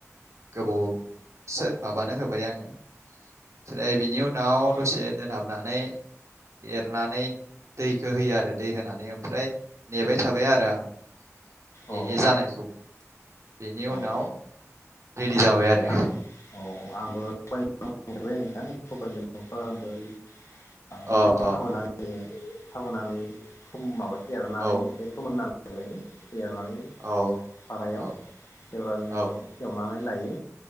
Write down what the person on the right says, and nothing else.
गोबावसो माबानो होबाय आङो ओमफ्राय बिनि उनाव
दसे दोनहाब नानै एरनानै दैखौ होयो आरो दै होनानै ओमफ्राय नेबाय थाबाय आरो आङो। बेनि
जानायखौ। बेनि उनाव।
रेडि जाबाय आरो
अ अ
औ
औ
औ
औ